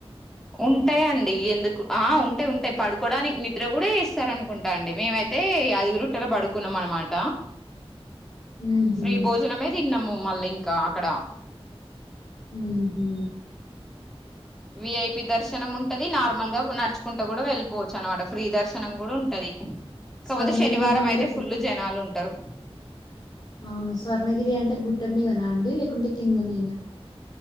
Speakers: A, in the centre; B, on the left (about 40°).
A: ఉంటయండి ఎందుకు ఆ ఉంటాయి ఉంటాయి పడుకోవడానికి నిద్ర కూడా చేస్తారు అనుకుంటా అండి మేమైతే యాదగిరిగుట్టలో పడుకున్నాం అనమాట
B: ఉహు
A: ఫ్రీ భోజనమే తిన్నము మళ్ళీ ఇంకా అక్కడ.
B: ఉమ్ హు
A: విఐపి దర్శనం ఉంటాది నార్మల్ గా నడుచు. కుంటూ కూడా వెళ్ళిపోవచ్చు అనమాట ఫ్రీ దర్శనం కూడా ఉంటాది. కాపోతే
B: స్వర్ణగిరి
A: శనివారం
B: అంటే
A: అయితే
B: గుట్ట
A: ఫుల్ జనాలు ఉంటారు.
B: అవును స్వర్ణగిరి అంటే గుట్ట మీదనా అండి లేకుంటే కింద నేనా.